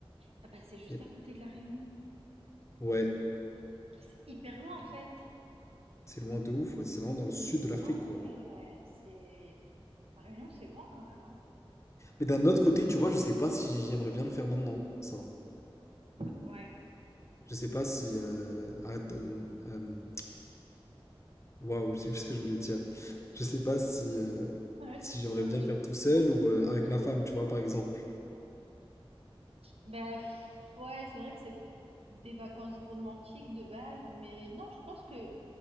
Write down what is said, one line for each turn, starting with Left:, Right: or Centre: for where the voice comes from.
Right: Ah bah c'est juste
Left: Yeah.
Right: à côté de la Réunion.
Left: Ouais.
Right: Mais C'est hyper loin en fait.
Left: C'est loin de ouf. ouais, C'est vraiment dans le sud de l'Afrique,
Right: Ah
Left: quoi.
Right: ouais, c'est... La Réunion, c'est loin quand même, hein.
Left: Mais d'un autre côté, tu vois, je sais pas si j'aimerais bien le faire maintenant, ça.
Right: Ouais.
Left: Je sais pas si. euh, arrête, euh, euh, Waouh, je sais plus ce que je voulais dire. Je sais pas si. euh,
Right: <laughs> Ouais, c'est
Left: si
Right: trop
Left: j'aimerais
Right: drôle.
Left: bien le faire tout seul ou euh, avec ma femme, tu vois, par exemple.
Right: Bah, pff, ouais, c'est vrai que c'est des vacances romantiques de base, mais non, je pense que...